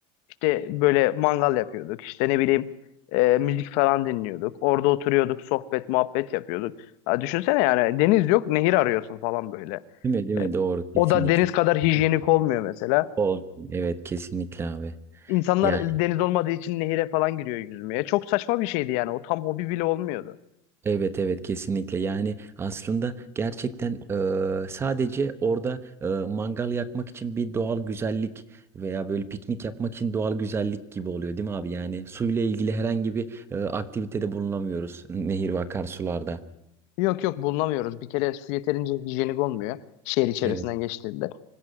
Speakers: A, on the left (about 55°); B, on the right (about 15°).
A: İşte böyle mangal yapıyorduk. İşte ne bileyim e, müzik falan dinliyorduk. Orada oturuyorduk, sohbet, muhabbet yapıyorduk. Ha, düşünsene yani deniz yok, nehir arıyorsun falan böyle.
B: Değil mi? Değil mi?
A: E,
B: Doğru. Kesinlikle.
A: o da deniz kadar
B: <laughs>
A: hijyenik olmuyor mesela.
B: Olsun. Evet kesinlikle abi.
A: İnsanlar
B: Yani
A: deniz olmadığı için nehire falan giriyor yüzmeye. Çok saçma bir şeydi yani. O tam hobi bile olmuyordu.
B: Evet evet kesinlikle yani aslında gerçekten e, sadece orada e, mangal yakmak için bir doğal güzellik veya böyle piknik yapmak için doğal güzellik gibi oluyor değil mi abi? Yani suyla ilgili herhangi bir e, aktivitede bulunamıyoruz nehir ve akarsularda.
A: Yok yok bulunamıyoruz. Bir kere su yeterince hijyenik olmuyor şehir içerisinden
B: Evet.
A: geçtiğinde.